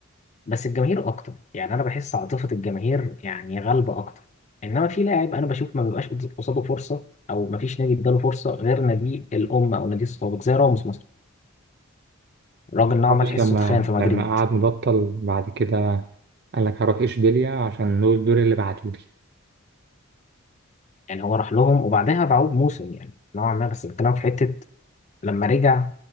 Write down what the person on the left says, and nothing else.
بس الجماهير اكتر يعني انا بحس عاطفة الجماهير يعني غالبة اكتر انما في لاعب انا بشوف ما بيبقاش قصاده فرصة او ما فيش نادي اداله فرصة غير نادي الام او نادي السابق زي راموس مثلا الراجل نوعا
ما تحسه
اتخان في مدريد
يعني هو راح لهم وبعدها باعوه بموسم يعني نوعا ما بس بتكلم في حتة لما رجع